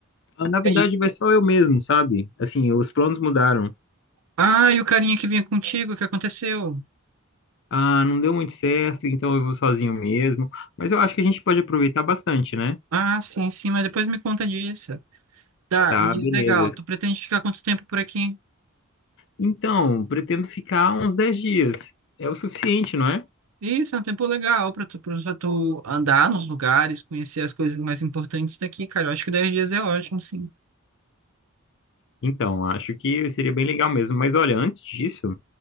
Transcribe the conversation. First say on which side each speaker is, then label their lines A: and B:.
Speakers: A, on the left; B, on the right.
A: Ah, Na verdade,
B: E aí?
A: vai só eu mesmo, sabe? Assim, os planos mudaram.
B: Ah, e o carinha que vinha contigo, o que aconteceu?
A: Ah, não deu muito certo, então eu vou sozinho mesmo. Mas eu acho que a gente pode aproveitar bastante, né?
B: Ah, sim, sim, mas depois me conta disso. Tá,
A: Tá,
B: mas
A: beleza.
B: legal, tu pretende ficar quanto tempo por aqui?
A: Então, pretendo ficar uns 10 dias. É o suficiente, não é?
B: Isso, é um tempo legal pra tu, pra tu andar nos lugares, conhecer as coisas mais importantes daqui, cara. Eu acho que 10 dias é ótimo, sim.
A: Então, acho que seria bem legal mesmo. Mas olha, antes disso,